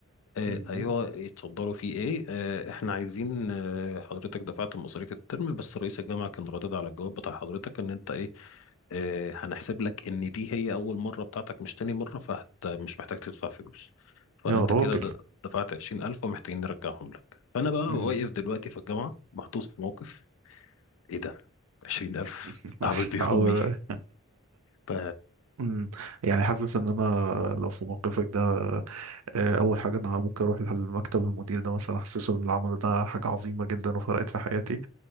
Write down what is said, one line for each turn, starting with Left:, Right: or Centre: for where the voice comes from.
Left: آه،
Right: مم.
Left: ايوه اتفضلوا في ايه آه، احنا عايزين آه، حضرتك دفعت مصاريف الترم بس رئيس الجامعه كان رادد على الجواب بتاع حضرتك ان انت ايه آه، هنحسب لك ان دي هي اول مره بتاعتك مش تاني مره فمش محتاج تدفع فلوس فانت
Right: يا راجل
Left: كده د- دفعت 20000 ومحتاجين نرجعهم لك فانا بقى واقف
Right: مم.
Left: دلوقتي في الجامعه محطوط في موقف ايه ده عشرين ألف
Right: <laughs> مش
Left: أعمل بيهم
Right: متعود
Left: إيه ف
Right: مم. يعني حاسس ان انا لو في موقفك ده آه، اول حاجه انا ممكن اروح لمكتب المدير ده مثلا احسسه ان العمل ده حاجه عظيمه جدا وفرقت في حياتي